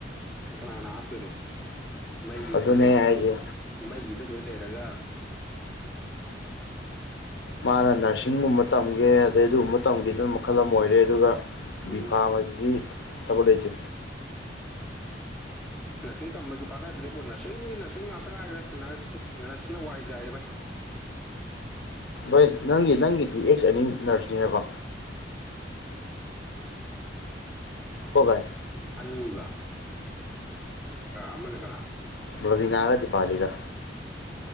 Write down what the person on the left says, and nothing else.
ꯑꯗꯨꯅꯦ
ꯑꯩ ꯍꯥꯏꯁꯦ
ꯃꯥꯅ ꯅꯔꯁꯤꯡꯒꯨꯝꯕ ꯇꯝꯒꯦ ꯑꯗꯩ ꯑꯗꯨꯒꯨꯝꯕ ꯇꯝꯒꯦꯗꯨꯅ ꯃꯈꯜ ꯑꯃ ꯑꯣꯏꯔꯦ ꯑꯗꯨꯒ
ꯕꯤꯐꯥ ꯃꯗꯤ ꯊ ꯂꯩ ꯂꯩꯇꯦ
ꯣꯏ ꯅꯪꯒꯤ ꯅꯪꯒꯤꯗꯤ ꯑꯦꯛꯁ ꯑꯅꯤ ꯅꯔꯁꯅꯤꯅꯦꯀꯣ ꯀꯣ ꯚꯥꯏ
ꯃꯕꯕꯤꯅꯥꯒ ꯗꯤꯄꯥꯂꯤꯒ